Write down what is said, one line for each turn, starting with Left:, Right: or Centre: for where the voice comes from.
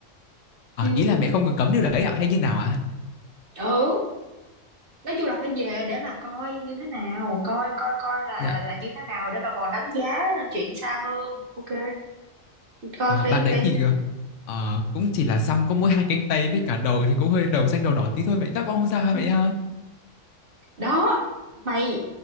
Right: chứ
Left: À, ý là mẹ không có cấm điều đấy ạ, hay như nào ạ?
Right: ừ nói chung là phải về để mà coi như thế nào coi coi coi là
Left: Dạ,
Right: là như thế nào để mà còn đánh giá chuyện xa hơn ok coi
Left: à,
Right: phải
Left: bạn đấy
Right: phải
Left: thì, ờ, ờ, cũng chỉ là xăm có mỗi hai cánh tay với cả đầu thì cũng hơi đầu xanh đầu đỏ tí thôi mẹ, chắc con không sao ha
Right: ừ,
Left: mẹ ha?
Right: đó mày